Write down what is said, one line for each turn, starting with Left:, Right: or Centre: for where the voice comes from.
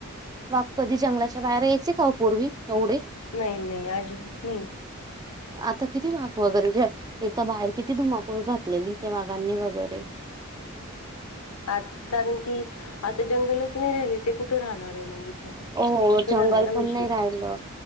Right: वाघ कधी जंगलाच्या बाहेर यायचे का पूर्वी तेवढे?
Left: नाही नाही अजीबात नाही.
Right: आता किती वाघ वगैरे जे येता बाहेर किती धुमाकूळ घातलेली त्या वाघांनी वगैरे.
Left: आज कारण की आता जंगलच नाही राहिले ते कुठे राहणार आहे मग बिचारे
Right: हो
Left: असं
Right: जंगल
Left: झालं ना
Right: पण
Left: विषय
Right: नाही राहिलं